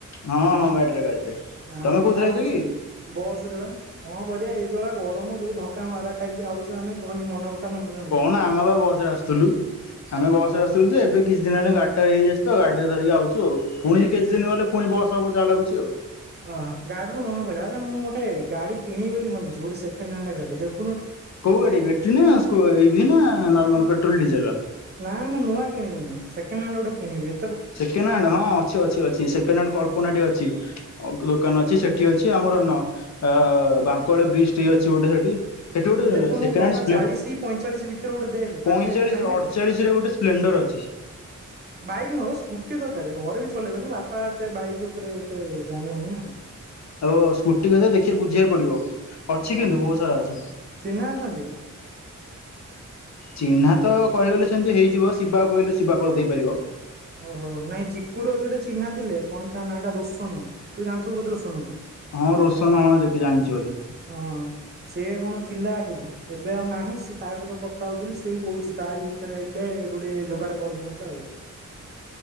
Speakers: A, on the left (about 60°); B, on the right (about 30°).
A: ହଁ ହଁ ଗାଡିରେ ଗାଡିରେ
B: ଆମର
A: ତମେ କୋଉଥିରେ
B: କଣ
A: ଆଇଛ
B: ଅଛି
A: କି
B: ବସ ରେ ବା କଣ କରିବା ଏଇ ଯୋଉ ଭଳିଆ ଗ ରମ ଯୋଉ ଧକା ମାରା ଖାଇକି ଆଉଛ ଆମେ କହନି ମନ କଥା ମନ ଜାଣୁଛୁ
A: କହନା ଆମେ ବା ବସରେ ଆସୁଥିଲୁ। ବସ ରେ
B: ଓହୋ
A: ଆସିଥିଲି ଯେ ଏବେ କିଛି ଦିନ ଗାଡି ଟା ନେଇଆସିଛି ତ ଗଡିଟା ଧରିକି ଆଉଚୁ ଆଉ। ପୁଣି କିଛି ଦିନ ଗଲେ ପୁଣି ବସ । ତମକୁ ଜାହା ଲାଗୁଚି ଆଉ।
B: ଓ ହୋ ଗାଡିରୁ ମନେ ପିଲା ଆରେ ମୁଁ ଗୋଟେ ଗା କିଣିବ ବୋଲି ଭାବୁଛି ଗୋଟେ ସେକେଣ୍ଡ ହ୍ୟାଣ୍ଡ ଗାଡି ଦେଖ
A: କୋଉ ଗାଡି ବେଟ୍ରି ନା ସ୍କୁ ଇଭି ନା ନର୍ମାଲ
B: ଉଁ
A: ପେଟ୍ରୋଲ ଡିଜେଲ ବାଲା?
B: ନା ମୁଁ ନୂଆ କିଣିବିନି ସେକେଣ୍ଡ ହ୍ୟାଣ୍ଡ ଗୋଟେ କିଣିବି ଏ
A: ସେକେଣ୍ଡ ହ୍ୟାଣ୍ଡ ହଁ ଅଛି ଅଛି ଅଛି ସେକେଣ୍ଡ ହ୍ୟାଣ୍ଡ କଳ୍ପନା ଟି ଅଛି। ଅ ଦୋକାନ ଅଛି ସେଠି ଅଛି ଆମର ନ ଅ ବାଙ୍କୁଆଳ ବ୍ରିଜ ଠେଇ ଅଛି ଗୋଟେ ସେଠି। ସେଠି ଗୋଟେ
B: ଦେଖୁନୁ
A: ସେକେଣ୍ଡ
B: ଟଙ୍କା
A: ହ୍ୟାଣ୍ଡ ସ୍ପ୍ଲେ
B: ଚାଳିଶି ପଇଁଚାଳିଶି ଭିତରେ ଗୋଟେ ଦେଖ
A: ପଇଁଚାଳିଶ
B: ପାଖରେ ଏତେ ନାହିଁ ନା
A: ଅଠଚାଳିଶ ରେ ଗୋଟେ ସ୍ପ୍ଲେଣ୍ଡର ଅଛି
B: ବାଇକ୍ ନୁହଁ ବେ ସ୍କ ସ୍କୁଟି ଦରକାର ଘରେ ବି ଚଲେଇବେନି ବାପା ଏତେ ବାଇକ ଉପରେ ଏତେ ଜାଣିନାହାନ୍ତି ନା।
A: ଓ ସ୍କୁଟି କଥା ଦେଖି ବୁଝିବାକୁ ପଡିବ। ଅଛି
B: ହୁଁ
A: କିନ୍ତୁ
B: ହୁଁ
A: ବହୁତ ସାରା ଅଛି
B: ଚିହ୍ନା ଅଛନ୍ତି।
A: ଚିହ୍ନା ତ କହିଗଲେ । ସେମିତି ହେଇଯିବ ଶିବାକୁ କହିଲେ ଶିବା କରିଦେଇ ପାରିବ।
B: ଓହୋ ନାଇଁ ଚିକୁ ର ଯୋଉଟେ ଚିହ୍ନା ଥିଲେ । କଣ ତା ନାଁ ଟା ରୋସନ ତୁ ଜାଣିଥିବୁ ବୋଧେ ରୋସନକୁ ।
A: ହଁ ରୋଶନ ହଁ ଦେଖି ଜାଣିଛି ବୋଧେ
B: ହଁ ସେ କଣ ଥିଲା ଆଗରୁ ଏବେ ଆଉ ନାହିଁ ସିଏ ତାଙ୍କ ସହିତ କଥା ହଉଥିଲି ସେ ବି କହୁଛି ତାରି ଭିତରେ ହେଲେ ଗୋଟେ ଯୋଗାଡ କରି ଦିଅନ୍ତା ଆଉ।